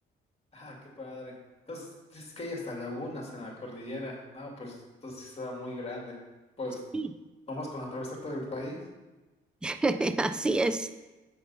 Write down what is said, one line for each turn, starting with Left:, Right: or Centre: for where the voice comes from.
Left: Ah, qué padre. Entonces, es que hay hasta lagunas en la cordillera. No, pues, entonces está muy grande. Pues,
Centre: Sí.
Left: nomás con atravesar todo el país.
Centre: <laughs> Así es.